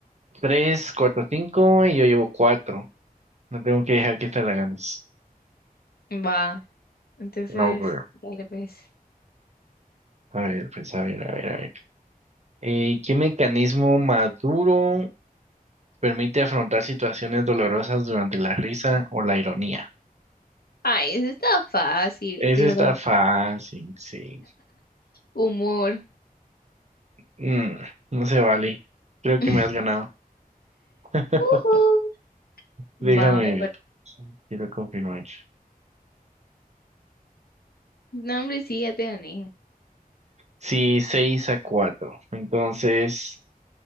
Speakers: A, on the right; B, on the left.
A: tres, cuatro, cinco, y yo llevo cuatro. No tengo que dejar que esta la ganes.
B: Va. Entonces,
A: No, pero,
B: dale pues.
A: a ver, pues, a ver, a ver, a ver. Eh, ¿qué mecanismo maduro? Permite afrontar situaciones dolorosas durante la risa o la ironía.
B: Ay, eso está fácil,
A: Ese
B: de
A: está
B: verdad.
A: fácil, sí.
B: Humor.
A: Mm, no se vale. Creo que
B: <laughs>
A: me has ganado. <laughs>
B: Ujú.
A: Déjame
B: Va, me
A: ver.
B: par-
A: Quiero confirmar.
B: No, hombre, sí, ya te gané.
A: Sí, seis a cuatro. Entonces,